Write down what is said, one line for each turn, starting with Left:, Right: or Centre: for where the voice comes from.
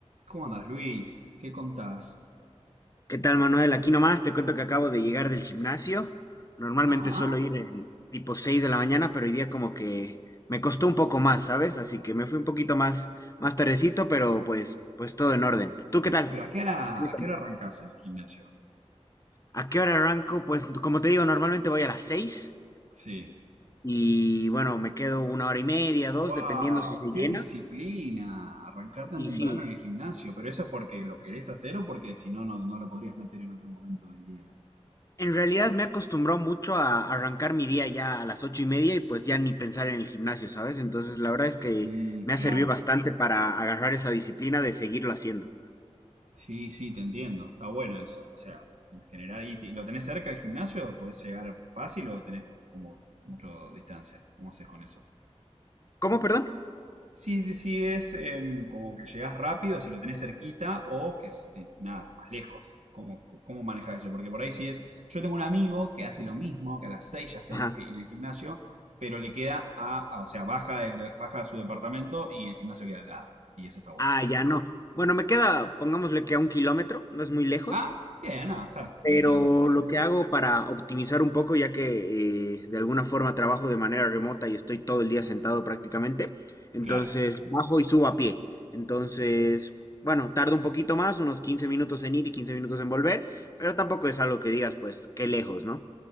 Right: ¿Cómo andás, Luis? ¿Qué contás?
Left: ¿Qué tal, Manuel? Aquí nomás te cuento que acabo de llegar del gimnasio. Normalmente
Right: Ajá.
Left: suelo ir en tipo 6 de la mañana, pero hoy día como que me costó un poco más, ¿sabes? Así que me fui un poquito más, más tardecito, pero pues, pues todo en orden. ¿Tú qué tal?
Right: ¿Pero a qué hora,
Left: ¿Qué me
Right: a
Left: cuentas?
Right: qué hora arrancás el gimnasio?
Left: ¿A qué hora arranco? Pues como te digo, normalmente voy a las 6
Right: Sí.
Left: y bueno, me quedo una hora y media, dos,
Right: ¡Wow!
Left: dependiendo si se
Right: ¡Qué
Left: llena.
Right: disciplina! Arrancar tan
Left: Y
Right: temprano
Left: sí,
Right: en el gimnasio. ¿Pero eso es porque lo querés hacer o porque si no, no, no lo podrías meter en otro momento del día?
Left: En realidad me he acostumbrado mucho a arrancar mi día ya a las ocho y media y pues ya ni pensar en el gimnasio, ¿sabes? Entonces la verdad es que
Right: Mm,
Left: me
Right: claro.
Left: ha servido bastante para agarrar esa disciplina de seguirlo haciendo.
Right: Sí, sí, te entiendo. Está bueno eso. O sea, en general, ¿y, y lo tenés cerca del gimnasio? ¿Podés llegar fácil o tenés como mucha distancia? ¿Cómo haces con eso?
Left: ¿Cómo, perdón?
Right: Si, si es em, como que llegas rápido, si lo tenés cerquita, o que si, nada, más lejos. ¿Cómo, cómo manejas eso? Porque por ahí si es. Yo tengo un amigo que hace lo mismo, que a las 6 ya está
Left: Ajá.
Right: en el, gi- en el gimnasio, pero le queda a, a- O sea, baja, del de- baja a su departamento y el gimnasio queda al lado. Y eso está buenísimo.
Left: Ah, ya no. Bueno, me queda, pongámosle que a un kilómetro, no es muy lejos,
Right: Ah, bien, no, está
Left: Pero
Right: relativamente cerca.
Left: lo que hago para optimizar un poco, ya que eh, de alguna forma trabajo de manera remota y estoy todo el día sentado prácticamente, entonces
Right: Claro.
Left: bajo y subo a pie. Entonces, bueno, tarda un poquito más, unos 15 minutos en ir y 15 minutos en volver, pero tampoco es algo que digas, pues, qué lejos, ¿no?